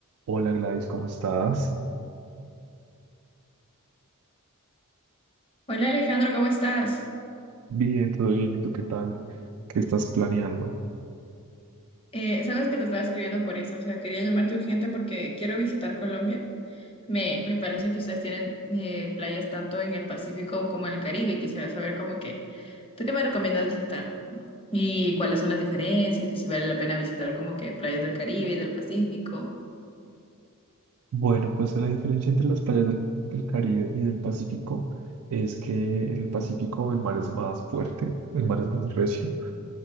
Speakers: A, on the right (about 70°); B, on the left (about 25°).
A: Hola Gladys, ¿cómo estás?
B: Hola Alejandro, ¿cómo estás?
A: Bien, todo bien. ¿Y tú qué tal? ¿Qué estás planeando?
B: Eh, sabes que te estaba escribiendo por eso, o sea, quería llamarte urgente porque quiero visitar Colombia. Me, me parece que ustedes tienen eh, playas tanto en el Pacífico como en el Caribe y quisiera saber como que, ¿tú qué me recomiendas visitar? ¿Y cuáles son las diferencias? ¿Y si vale la pena visitar como que playas del Caribe y del Pacífico?
A: Bueno, pues la diferencia entre las playas del, del Caribe y del Pacífico es que en el Pacífico el mar es más fuerte, el mar es más recio.